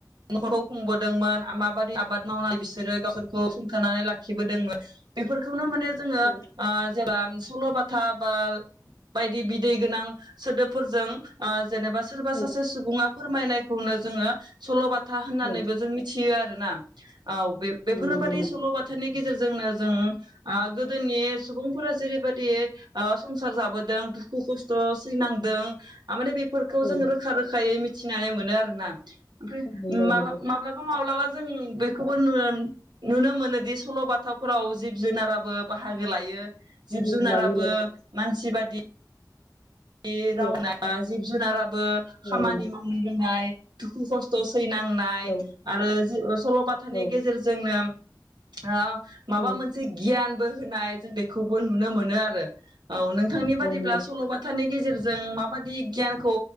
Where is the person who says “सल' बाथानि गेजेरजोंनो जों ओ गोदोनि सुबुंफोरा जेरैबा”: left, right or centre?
Right